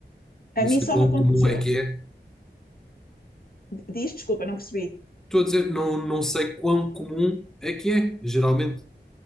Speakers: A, in the centre; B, on the left (about 55°).
A: Não
B: A mim
A: sei
B: só
A: quão
B: me aconteceu.
A: comum é que é.
B: Diz, desculpa, não percebi.
A: Estou a dizer, não, não sei quão comum é que é, geralmente.